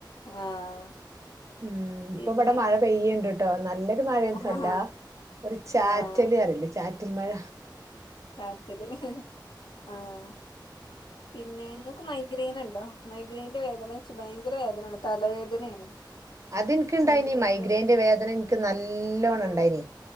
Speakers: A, on the left; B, on the right.
A: ആഹ്
B: ഉം
A: പിന്നെ
B: ഇപ്പവ്ടെ മഴ പെയ്യൺണ്ട് ട്ടോ നല്ലൊരു മഴയൊന്നുംല്ലാ
A: ആഹ്
B: ഒരു ചാറ്റല്റയില്ലേ
A: ആഹ്
B: ചാറ്റൽ മഴ
A: രാത്രി ആഹ്
B: ഉ
A: പിന്നേ ങ്ങക്ക് മൈഗ്രൈയ്നൊണ്ടോ മൈഗ്രേന്റെ വേദന വെച്ച ഭയങ്കര വേദനാണ് തലവേദനയാണ്
B: അതെനിക്ക്ണ്ടായിനി
A: മൈഗ്രെയിന്റെ
B: മൈഗ്രെന്റെ വേദനന് ക്ക് നല്ലോണം
A: ആ
B: ഉണ്ടായിനി